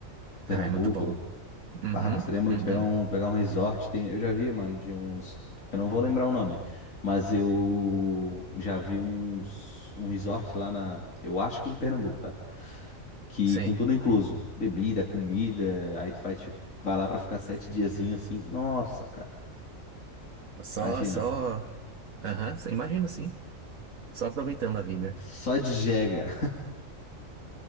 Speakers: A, on the left; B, on the right.
A: Pernambuco.
B: Ah, é muito bom. Uhum.
A: Ah, gostaria muito
B: Uhum.
A: de pegar um, pegar um resort. Tem, eu já vi, mano, de uns. Eu não vou lembrar o nome, mas eu já vi uns, um resort lá na. Eu acho que é em Pernambuco, tá? Que
B: Sei.
A: com tudo incluso. Bebida, comida. Aí tu faz, tipo, vai lá pra ficar sete diazinho assim. Nossa, cara.
B: Só,
A: Imagina.
B: só. Aham. só- Imagino, sim. Só aproveitando a vida.
A: Só de jega.